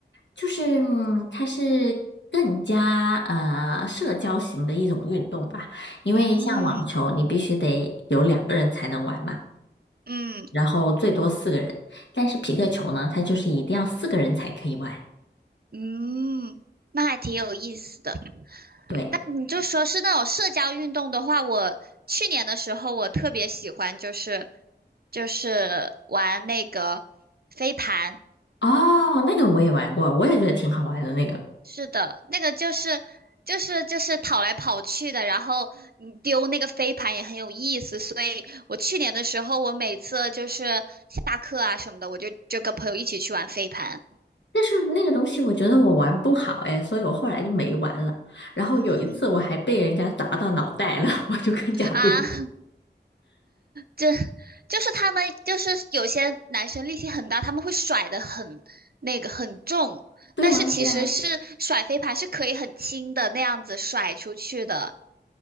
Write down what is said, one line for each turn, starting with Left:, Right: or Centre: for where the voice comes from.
Left: 就是嗯，它是更加呃社交型的一种运动吧，因为像网球你必须得有两个人才能玩嘛，
Right: 嗯嗯
Left: 然后最多四个人，但是匹克球呢，它就是一定要四个人才可以玩。
Right: 嗯，那还挺有意思的。
Left: 对，
Right: 那你就说是那种社交运动的话，我去年的时候我特别喜欢，就是就是玩那个飞盘。
Left: 哦，那个我也玩过，我也觉得挺好玩的那个。
Right: 是的，那个就是就是就是跑来跑去的，然后你丢那个飞盘也很有意思。所以我去年的时候，我每次就是下课啊什么的，我就就跟朋友一起去玩飞盘。
Left: 但是那个东西我觉得我玩不好哎，所以我后来就没玩了。然后有一次我还被人家砸到脑袋了，
Right: 嗯
Left: <laughs> 我就更加不想。
Right: 啊，<laughs> 这就是他们，就是有些男生力气很大，他们会甩的很那个很重，
Left: 对啊，
Right: 但是其实是甩飞盘是可以很轻的那样子甩出去的，
Left: 对啊，